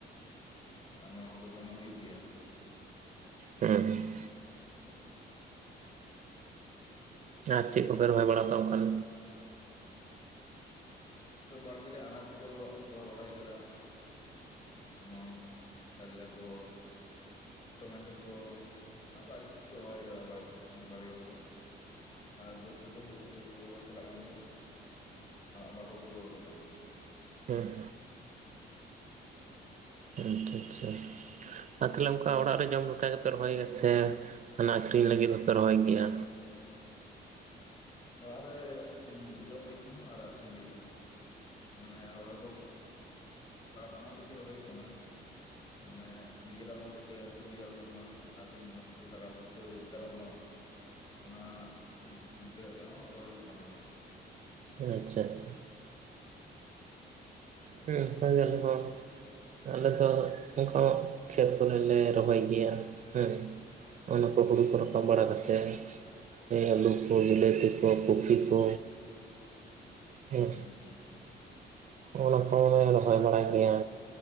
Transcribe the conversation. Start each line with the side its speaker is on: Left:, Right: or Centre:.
Left: ᱟ ᱱᱚᱣᱟ ᱦᱚᱸ ᱫᱚ ᱫᱚᱢᱮ ᱦᱩᱭᱩᱜ ᱜᱮᱭᱟ
Right: ᱦᱮᱸ ᱟᱨ ᱪᱮᱫ ᱠᱚᱯᱮ ᱨᱚᱦᱚᱭ ᱵᱟᱲᱟ ᱠᱟᱜ ᱚᱱᱠᱟᱱ
Left: ᱛᱚ ᱵᱟᱲᱜᱮ ᱨᱮ ᱟᱱᱟᱡ ᱠᱚ ᱵᱚ ᱨᱚᱦᱚᱭ ᱟᱠᱟᱫᱟ ᱢᱟᱝ ᱠᱟᱨᱞᱟᱠᱚ ᱴᱚᱢᱮᱴᱳ ᱠᱚ ᱚᱱᱟ ᱠᱚ ᱟᱹᱰᱤ ᱠᱤᱪᱷᱩ ᱠᱚ ᱨᱚᱦᱚᱭ ᱠᱟᱫᱟ ᱵᱟᱲᱜᱮ ᱠᱚᱨᱮ ᱟᱨ ᱵᱟᱹᱫᱽ ᱨᱮᱫᱚ ᱦᱩᱲᱩ ᱨᱚᱦᱚᱭ ᱪᱟᱞᱟᱜ ᱠᱟᱱ ᱜᱮᱭᱟ ᱵᱟᱝᱠᱚ ᱯᱩᱨᱟᱹᱣ ᱠᱟᱫᱟ
Right: ᱦᱮᱸ ᱟᱪᱪᱷᱟ ᱟᱪᱪᱷᱟ ᱟᱨ ᱛᱟᱞᱦᱮ ᱚᱱᱠᱟ ᱚᱲᱟᱜ ᱨᱮ ᱡᱚᱢ ᱞᱮᱠᱟ ᱜᱮ ᱯᱮ ᱨᱚᱦᱚᱭ ᱜᱮ ᱥᱮ ᱦᱟᱱᱟ ᱟᱹᱠᱷᱨᱤᱧ ᱞᱟᱹᱜᱤᱫ ᱦᱚᱸᱯᱮ ᱨᱚᱦᱚᱭ ᱜᱮᱭᱟ
Left: ᱚᱲᱟᱜ ᱨᱮ ᱡᱚᱢ ᱞᱟᱹᱜᱤᱫ ᱦᱚᱸ ᱟᱨ ᱟᱠᱷᱨᱤᱧ ᱞᱟᱹᱜᱤᱫ ᱦᱚᱸ ᱢᱟᱱᱮ ᱨᱚᱦᱚᱭ ᱠᱚ ᱵᱟᱱᱟᱨ ᱞᱟᱹᱜᱤᱫ ᱨᱚᱦᱚᱭ ᱦᱩᱭᱩᱜ ᱠᱟᱱᱟ ᱢᱟᱱᱮ ᱱᱤᱡᱮ ᱨᱟᱜ ᱦᱚᱸ ᱡᱟᱛᱮ ᱥᱩᱵᱤ ᱫᱷᱟ ᱦᱩᱭᱩᱜ ᱢᱟ ᱟᱠᱷᱨᱤᱧ ᱛᱮᱦᱚᱸ ᱠᱤᱪᱷᱩ ᱴᱟᱠᱟ ᱯᱩᱭᱥᱟᱹ ᱨᱚᱡᱽ ᱠᱟᱨᱚᱜ ᱢᱟ ᱚᱱᱟ ᱪᱤᱱᱛᱟᱹ ᱠᱟᱛᱮ ᱦᱚᱸ ᱨᱚᱦᱚᱭ ᱦᱩᱭᱩᱜ ᱠᱟᱱᱟ
Right: ᱟᱪᱪᱷᱟ ᱟᱪᱪᱷᱟ ᱦᱮᱸ ᱚᱱᱠᱟ ᱜᱮ ᱟᱞᱮ ᱦᱚᱸ ᱟᱞᱮ ᱫᱚ ᱚᱱᱠᱟ ᱠᱷᱮᱛ ᱠᱚᱨᱮ ᱞᱮ ᱨᱚᱦᱚᱭ ᱜᱮᱭᱟ ᱦᱮᱸ ᱚᱱᱟ
Left: ᱦᱩᱸ
Right: ᱠᱚ ᱦᱩᱲᱩ ᱠᱚ ᱨᱟᱠᱟᱵ ᱵᱟᱲᱟ ᱠᱟᱛᱮᱫ ᱟᱹᱞᱩ ᱠᱚ ᱵᱤᱞᱟᱹᱛᱤ ᱠᱚ ᱠᱚᱯᱷᱤ ᱠᱚ ᱦᱮᱸ
Left: ᱦᱩᱸ ᱦᱩᱸ
Right: ᱚᱱᱟ ᱠᱚ ᱦᱚᱸ ᱞᱮ ᱨᱚᱦᱚᱭ ᱵᱟᱲᱟᱭ ᱜᱮᱭᱟ